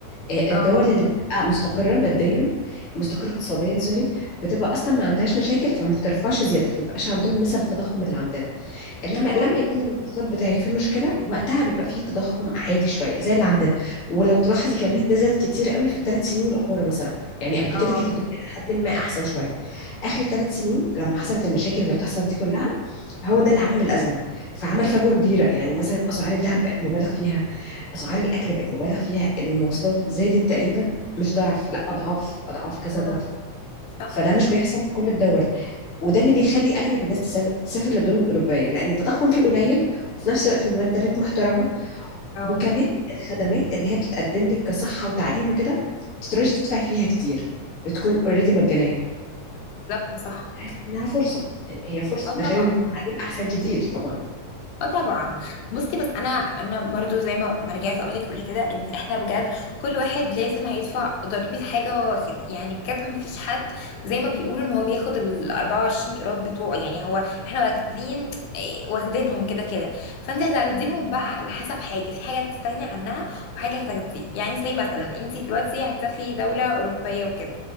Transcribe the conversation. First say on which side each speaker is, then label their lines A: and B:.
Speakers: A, on the left; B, on the left.
A: آه، الدول
B: اه
A: اللي بتبقى مستقرة ماديا مستقرة اقتصاديا سوري بتبقى أصلا ما عندهاش مشاكل فما بترفعش زيادة فما بيبقاش عندهم نسب التضخم اللي عندنا إنما لما
B: اه
A: يكون الاقتصاد بتاعك فيه مشكلة وقتها بيبقى فيه تضخم عالي شوية زي اللي عندنا ولو تلاحظي كمان ده زاد كتير قوي في الثلاث سنين الأخرى مثلا يعني قبل
B: اه
A: كده كانت الدنيا لحد ما أحسن شوية آخر ثلاث سنين لما حصلت المشاكل اللي بتحصل دي كلها هو
B: آه،
A: ده اللي عمل الأزمة فعمل فجوة كبيرة يعني مثلا أسعار الذهب بقت مبالغ فيها اسعار الاكل بقت مبالغ فيها المواصلات زادت تقريبا مش ضعف لا اضعاف اضعاف كذا
B: آه،
A: ضعف
B: صح
A: فده مش بيحصل في كل الدول وده اللي بيخلي اغلب الناس تسافر, تسافر للدول الاوروبيه لان التضخم فيه قليل وفي نفس الوقت المرتبات محترمه
B: اه
A: وكمان الخدمات اللي هي بتتقدم لك كصحه وتعليم وكده ما تقدريش تدفعي فيها كتير بتكون اوريدي مجانيه
B: بالظبط صح
A: تحس انها فرصه يعني هي فرصه
B: اه طبعا
A: ده غير ان التعليم احسن كتير طبعا
B: اه طبعا بصي بس انا انا برضو زي ما ما رجعت اقول لك قبل كده ان احنا بجد كل واحد لازم هيدفع ضريبه حاجه هو واخدها يعني بجد ما فيش حد زي ما بيقولوا ان هو بياخد ال 24 قيراط بتوعه يعني هو احنا واخدين إيه، واخدينهم كده كده فانت هتاخديهم بقى على حسب حاجه في حاجه هتستغني عنها وحاجه هتاخديها يعني زي مثلا انت دلوقتي هتسافري دوله اوروبيه وكده